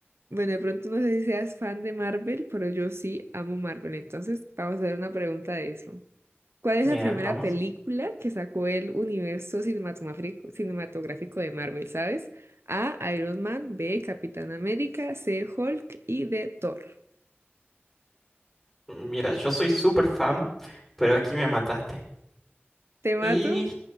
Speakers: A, on the right (about 75°); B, in the centre.
A: Bueno, de pronto no sé si seas fan de Marvel, pero yo sí amo Marvel, entonces vamos a hacer una pregunta de eso. ¿Cuál es
B: Bien,
A: la primera
B: vamos.
A: película que sacó el universo cinematográfico, cinematográfico de Marvel, ¿sabes? A, Iron Man, B, Capitán América, C, Hulk y D, Thor.
B: Mira, yo soy súper fan, pero aquí me mataste.
A: ¿Te mato?
B: Y...